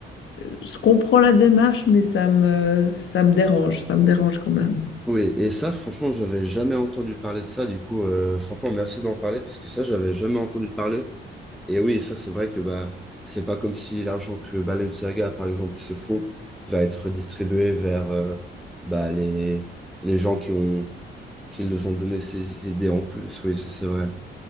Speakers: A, on the left (about 75°); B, in the centre.
A: je- je comprends la démarche, mais ça me, ça me dérange, ça me dérange quand même.
B: Oui, et ça, franchement, j'avais jamais entendu parler de ça. Du coup, euh, franchement, merci d'en parler parce que ça, j'avais jamais entendu parler. Et oui, ça, c'est vrai que bah, c'est pas comme si l'argent que Balenciaga, par exemple, se font, va être distribué vers euh, bah, les, les gens qui ont, qui les ont donné ces idées en plus. Oui, ça, c'est vrai.